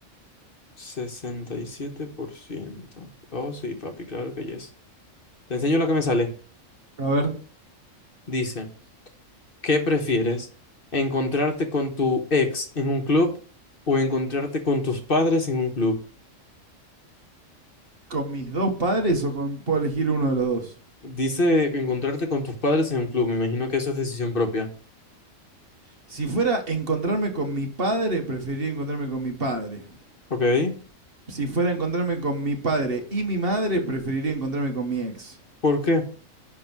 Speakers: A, on the left; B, on the right.
A: sesenta y siete por ciento Oh, sí, papi, claro que yes. Te enseño la que me sale.
B: A ver,
A: Dice, ¿qué prefieres? ¿Encontrarte con tu ex en un club o encontrarte con tus padres en un club?
B: ¿con mis dos padres o con, puedo elegir uno de los dos?
A: Dice encontrarte con tus padres en un club. Me imagino que eso es decisión propia.
B: Si fuera encontrarme con mi padre, preferiría encontrarme con mi padre.
A: ¿Ok?
B: Si fuera encontrarme con mi padre y mi madre, preferiría encontrarme con mi ex.
A: ¿Por qué?